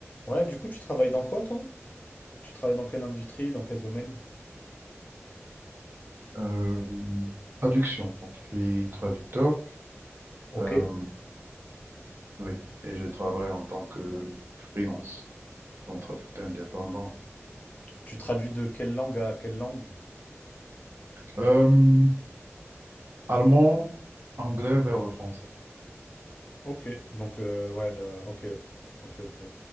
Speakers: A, on the left; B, on the right.
A: Ouais, du coup, tu travailles dans quoi, toi? Tu travailles dans quelle industrie, dans quel domaine?
B: Euh, traduction. Bon, je suis traducteur.
A: Ok.
B: Euh, oui, et je travaille en tant que freelance, donc traducteur indépendant.
A: Tu traduis de quelle langue à quelle langue?
B: Euh, allemand, anglais vers le français.
A: Ok. Donc, euh, ouais, le- ok. Ok, ok.